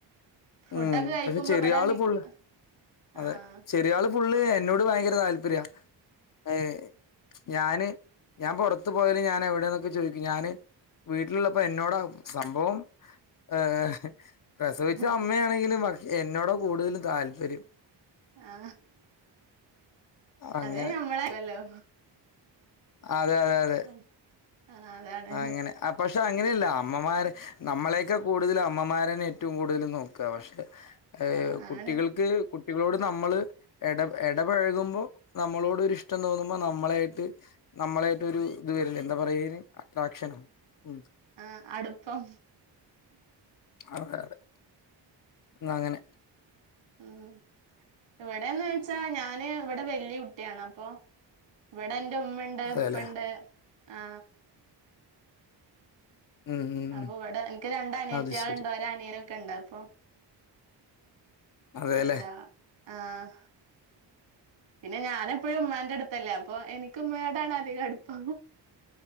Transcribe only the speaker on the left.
ഉം
പക്ഷെ ചെറിയാള്
ഫുള്ള് അതെ
ചെറിയാള് ഫുള്ള് എന്നോട് ഭയങ്കര താല്പര്യ ഏഹ് ഞാന് ഞാൻ പൊറത്ത് പോയല് ഞാൻ എവിടെന്നൊക്കെ ചോയിക്കും ഞാന് വീട്ടിലുള്ളപ്പോ എന്നോട സംഭവം ഏഹ്
പക്ഷെ അമ്മയാണെങ്കിലും പക്ഷേ എന്നോട് കൂടുതലും താല്പര്യം
അങ്ങനെ
അതെ അതെ അതെ
അങ്ങനെ പക്ഷെ അങ്ങനെയല്ല അമ്മമാര് നമ്മളെയൊക്കെ കൂടുതലും അമ്മമാരന്നെ ഏറ്റവും കൂടുതൽ നോക്ക പക്ഷെ ഏഹ്
കുട്ടികൾക്ക്
കു ട്ടികളോട് നമ്മള് എട എടപെഴകുമ്പോൾ നമ്മളോടൊരു ഇഷ്ടം തോന്നുമ്പോ നമ്മളായിട്ട് നമ്മളായിട്ട് ഒരു ഇത് വരില്ലെ എന്താ പറയ അതിന് അട്രാക്ഷനൊ ഉം
അതെ അതെ ന്ന അങ്ങനെ
അതെല്ലെ
ഉം ഉം ഉം
അത് ശരി
അതേല്ലേ